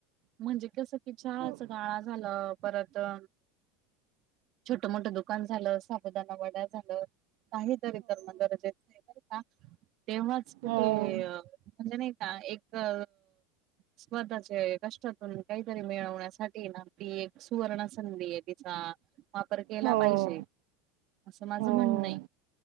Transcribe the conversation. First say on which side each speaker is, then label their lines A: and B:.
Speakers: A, on the right (about 40°); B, on the right (about 65°).
A: म्हणजे कस कि छहाच
B: हो
A: गाळा झालं परत अ छोट मोठं दुकान झालं साबुदाणा वड्या झालं काहीतरी तर म गरजेत का तेव्हाच कुठे
B: हो
A: म्हणजे नाही हा एक अ स्वतःचे कष्टातून काहीतरी मिळवण्यासाठी ना आपली एक सुवर्ण संधी आहे तिचा हां वापर केला
B: हो
A: पाहिजे असं माझं
B: हो
A: म्हणणंय